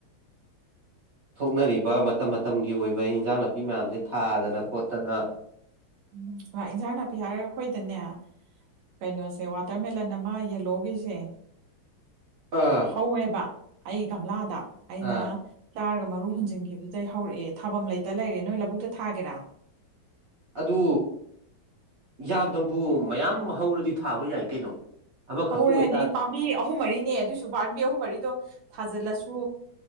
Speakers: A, on the right; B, on the right.
A: <unintelligible>
B: ꯊꯣꯛꯅꯔꯤꯕ ꯃꯇꯝ ꯃꯇꯝꯒꯤ ꯑꯣꯏꯕ ꯏꯟꯖꯥꯡ ꯅꯥꯄꯤ ꯃꯌꯥꯝꯁꯦ ꯊꯥꯗꯅ ꯈꯣꯠꯇꯅ
A: ꯎꯝ ꯏꯟꯖꯥꯡ ꯅꯥꯄꯤ ꯍꯥꯏꯔꯒ ꯑꯩꯈꯣꯏꯗꯅꯦ ꯀꯩꯅꯣꯁꯦ ꯋꯥꯇꯔꯃꯦꯂꯟ ꯑꯃ ꯌꯦꯜꯂꯣꯒꯤꯁꯦ
B: ꯑꯥ
A: ꯍꯧꯋꯦꯕ ꯑꯩ ꯒꯝꯂꯥꯗ ꯑꯩꯅ
B: ꯑꯥ
A: ꯇꯥꯔꯒ ꯃꯔꯨ ꯍꯨꯟꯖꯤꯟꯈꯤꯕꯗꯨꯗ ꯑꯩ ꯍꯧꯔꯛꯑꯦ ꯊꯥꯐꯝ ꯂꯩꯇ ꯂꯩꯔꯦ ꯅꯣꯏ ꯂꯧꯕꯨꯛꯇ ꯊꯥꯒꯦꯔꯥ
B: ꯑꯗꯨ ꯌꯥꯝꯗꯕꯨ ꯃꯌꯥꯝ ꯍꯧꯔꯗꯤ ꯊꯥꯕ ꯌꯥꯏ ꯀꯩꯅꯣ ꯑꯃꯈꯛꯇ
A: ꯍꯧꯔꯦ
B: ꯑꯣꯏꯇꯥꯔꯦ
A: ꯍꯥꯏꯗꯤ ꯄꯥꯝꯕꯤ ꯑꯍꯨꯝ ꯃꯔꯤꯅꯦ ꯑꯗꯨꯏꯁꯨ ꯄꯥꯝꯕꯤ ꯑꯍꯨꯝ ꯃꯔꯤꯗꯣ ꯊꯥꯖꯤꯜꯂꯁꯨ